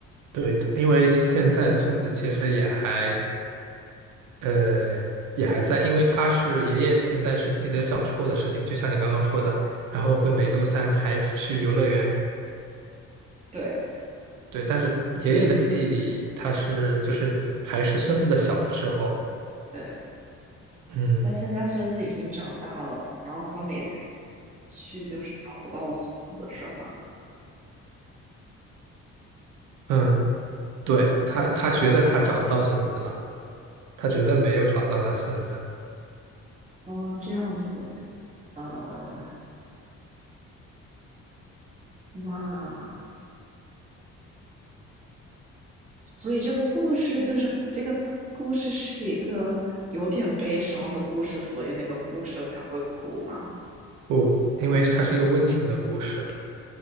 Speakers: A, on the right (about 75°); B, on the right (about 25°).
A: 对，因为现在孙子其实也还，呃，也还在，因为他是爷爷现在是记得小时候的事情，就像你刚刚说的，然后会每周三还去游乐园。
B: 对
A: 对，但是爷爷的记忆里，他是就是还是孙子的小的时候。
B: 对，
A: 嗯。
B: 但现在孙子已经长大了，然后他每次去就是找不到孙子是吗？
A: 嗯，对，他，他觉得他找不到孙子了，他觉得没有找到他孙子。
B: 哦，这样子，嗯，那。所以这个故事就是这个故事是一个有点悲伤的故事，所以那个护士才会哭嘛，
A: 不，因为他是一个温情的故事。